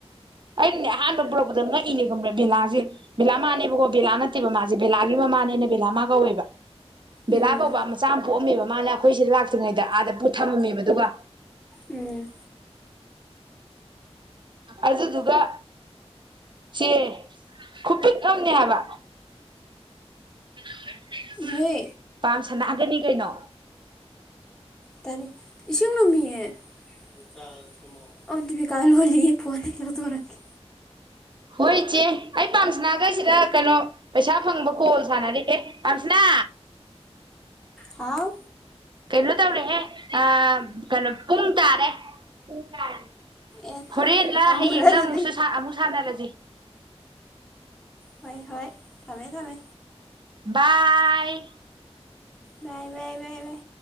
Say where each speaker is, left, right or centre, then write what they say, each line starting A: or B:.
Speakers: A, on the right; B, in the centre.
A: ꯑꯩꯅꯅꯦ ꯑꯍꯥꯟꯕ ꯄꯨꯔꯛꯄꯗ ꯉꯛꯏꯅꯦ ꯈꯪ꯭ꯔꯦ ꯕꯦꯂꯥꯁꯦ ꯄꯤꯂꯝ ꯃꯥꯅꯦꯕꯣ ꯕꯦꯂꯥ ꯅꯠꯇꯦꯕ ꯃꯥꯁꯦ ꯕꯦꯂꯥꯒꯤ ꯃꯃꯥꯅꯦꯅ ꯕꯦꯂꯥ ꯃꯥ ꯀꯧꯋꯦꯕ ꯕꯦꯂꯥ
B: ꯎꯝ
A: ꯀꯧꯕ ꯃꯆꯥ ꯑꯃ ꯄꯣꯛꯑꯝꯃꯦꯕ ꯃꯥꯅ ꯑꯩꯈꯣꯏ ꯁꯤꯗ ꯂꯥꯛꯇ꯭ꯔꯤꯉꯩꯗ ꯑꯥꯗ ꯄꯨꯠ ꯊꯝꯃꯝꯃꯦꯕ ꯑꯗꯨꯒ
B: ꯎꯝ
A: ꯑꯗꯨꯗꯨꯒ ꯁꯤ ꯈꯨꯄꯤꯛ ꯑꯃꯅꯦ ꯍꯥꯏꯕ <inaudible>
B: ꯅꯣꯏ
A: ꯄꯥꯝ ꯁꯅꯥꯒꯅꯤ ꯀꯩꯅꯣ
B: ꯇꯅꯤ ꯏꯁꯤꯡ ꯂꯨꯝꯃꯤꯌꯦ ꯆꯥ ꯁꯦꯝꯃꯛꯑꫭ ꯑꯣ ꯗꯤꯕꯤꯀꯥ ꯍꯜꯂꯣ ꯂꯤ ꯐꯣꯟꯗꯩ ꯂꯧꯊꫭꯔꯛꯀꯦ
A: ꯍꯣꯏ ꯏꯆꯦ ꯑꯩ ꯄꯥꯝꯁꯅꯥꯒꯁꯤꯗ ꯀꯩꯅꯣ ꯄꯩꯁꯥ ꯐꯪꯕ ꯀꯣꯜ ꯁꯥꯟꯅꯔꯤꯌꯦ ꯄꯥꯝꯁꯅꯥ
B: ꯍꯥꯎ
A: ꯀꯩꯅꯣ ꯇꯧꯔꯦꯍꯦ ꯑ ꯀꯩꯅꯣ ꯄꯨꯡ ꯇꯥꯔꯦ ꯄꯨꯡ ꯇꯥꯔꯦ
B: ꯑꯦ
A: ꯍꯣꯔꯦꯟꯂꯥ
B: ꯊꯝꯃꯨꯔꯣ
A: ꯍꯌꯦꯡꯂ
B: ꯑꯗꯨꯗꯤ
A: ꯑꯃꯨꯛꯁꯨ ꯑꯃꯨꯛ ꯁꯥꯟꯅꯔꯁꯤ
B: ꯍꯣꯏ ꯍꯣꯏ ꯊꯝꯃꯦ ꯊꯝꯃꯦ
A: ꯕꯥꯏ
B: ꯕꯥꯏ ꯕꯥꯏ ꯕꯥꯏ ꯕꯥꯏ